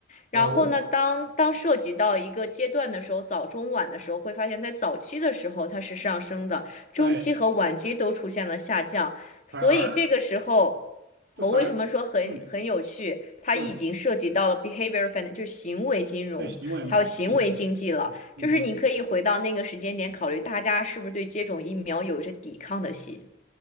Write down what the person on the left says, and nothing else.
然后呢，
当当涉及到一个阶段的时候，早中晚的时候，会发现在早期的时候它是上升的，中期和晚期都出现了下降，
所以这个时候。
我为什么说很很有趣？它已经涉及到了
behavior finance，就是行为金融，
还有行为经济了。
就是你可以回到那个时间点，考虑大家是不是对接种疫苗有着抵抗的心。